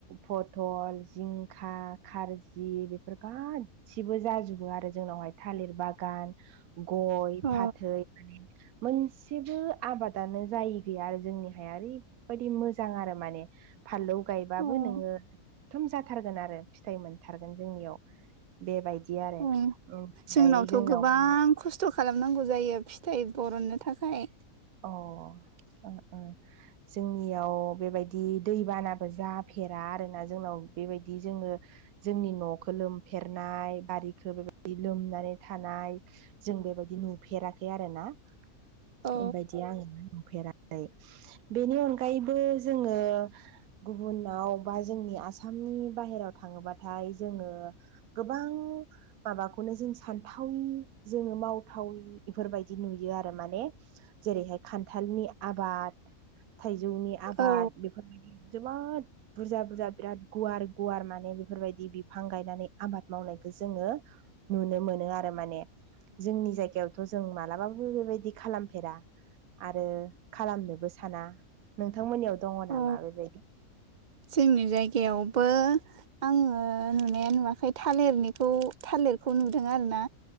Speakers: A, on the right; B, on the right.
A: पथल जिंखा खारजि बेफोर गा सिबो जाजोबो आरो जोंनावहाय थालिर बागान गय
B: अ
A: फाथै माने मोनसेबो आबादानो जायि गैया आरो जोंनि हाया ओरैबायदि मोजां आरो माने फानलौ गायबाबो
B: अ
A: नोङो एथम जाथारगोन आरो फिथाइ मोनथारगोन जोंनियाव बेबायदि बि आरो
B: अ
A: ओमफ्राय
B: जोंनावथ'
A: जोंनावहाय
B: गोबां खस्थ' खालामनांगौ जायो फिथाइ बरननो थाखाय
A: अ ओ ओ जोंनियाव बेबायदि दैबानाबो जाफेरा आरोना जोंनाव बेबायदि जोङो जोंनि न'खौ लोमफेरनाय बारिखौ बेबायदि लोमनानै थानाय जों बेबायदि नुफेराखै आरो ना
B: औ
A: बेबायदि आङो नुफेराखै बेनि अनगायैबो जोङो गुबुनाव बा जोंनि आसामनि बाहेराव थाङोबाथाय जोङो गोबां माबाखौनो जों सानथावि जोङो मावथावि बेफोरबायदि नुयो आरो माने जेरैहाय खान्थालनि आबाद थाइजौनि आबाद
B: औ
A: बेफोरबायदि जोबोद बुरजा बुरजा बिराद गुवार गुवार माने बेफोरबायदि बिफां गायनानै आबाद मावनायखौ जोङो नुनो मोनो आरो माने जोंनि जायगायावथ' जों मालाबाबो बेबायदि खालाम होफेरा आरो खालामनोबो साना नोंथांमोननियाव दङ नामा
B: औ
A: बेबायदि
B: जोंनि जायगायावबो आङो नुनाया नुवाखै थालिरनिखौ थालिरखौ नुदों आरो ना